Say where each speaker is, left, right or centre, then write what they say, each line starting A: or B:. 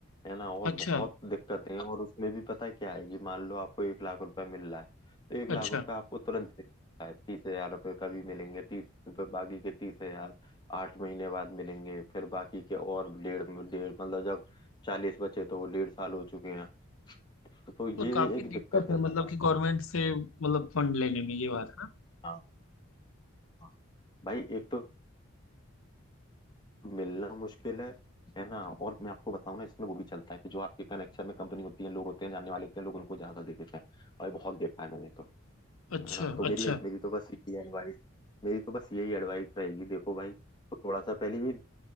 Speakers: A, on the left; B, on the left.
A: है ना और
B: अच्छा
A: बहुत दिक्कतें हैं और उसमें भी पता है क्या है कि मान लो आपको एक लाख रुपए मिल रहा है तो एक लाख
B: अच्छा
A: रुपए आपको तुरंत मिलता है तीस हजार रुपये कभी मिलेंगे तीस रुपये बाकी के तीस हजार आठ महीने बाद मिलेंगे फिर बाकी के और डेढ़ डेढ़ मतलब जब चालीस बचे तो वो डेढ़ साल हो चुके हैं तो, तो ये
B: मतलब काफी
A: एक दिक्कत
B: दिक्कत है
A: है समस्या
B: मतलब कि गवर्नमेंट से मतलब फंड लेने में ये बात है ना
A: हाँ हाँ, भाई एक तो मिलना मुश्किल है है ना और मैं आपको बताऊं ना इसमें वो भी चलता है कि जो आपके कनेक्शन में कंपनी होती है लोग होते हैं जानने वाले होते हैं लोग उनको ज्यादा दे देते हैं और ये बहुत देखा है मैंने तो
B: अच्छा
A: है ना तो मेरी
B: अच्छा
A: मेरी तो बस यही एडवाइस मेरी तो बस यही एडवाइस रहेगी देखो भाई थोड़ा सा पहले भी